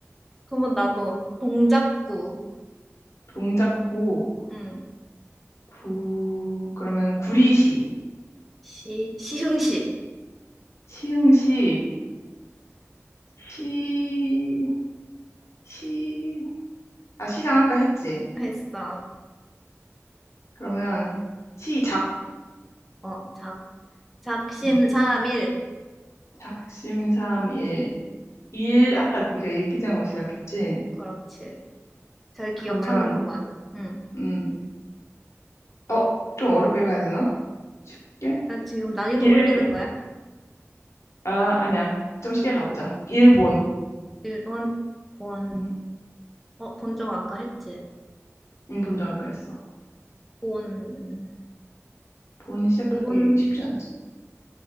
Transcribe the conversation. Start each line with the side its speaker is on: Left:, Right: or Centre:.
Centre: 그러면 나도 동작구.
Left: 동작구,
Centre: 응.
Left: 구, 그러면 구리시.
Centre: 시, 시흥시
Left: 시흥시, 시, 시, 아, 시장 아까 했지.
Centre: 했어.
Left: 그러면 시작,
Centre: 어, 작, 작심삼일.
Left: 응. 작심삼일. 일, 아까 네가 일기장으로 시작했지.
Centre: 그렇지. 잘 기억하는구만.
Left: 그러면,
Centre: 응.
Left: 음, 어, 좀 어렵게 가야 되나? 쉽게?
Centre: 나 지금 난이도
Left: 일,
Centre: 올리는 거야?
Left: 아, 아니야. 좀 쉽게 가보자. 일본.
Centre: 일 번 본.
Left: 응,
Centre: 어, 본 적 아까 했지.
Left: 응, 본적 아까 했어.
Centre: 본,
Left: 본 시작하기
Centre: 본.
Left: 쉽지 않지.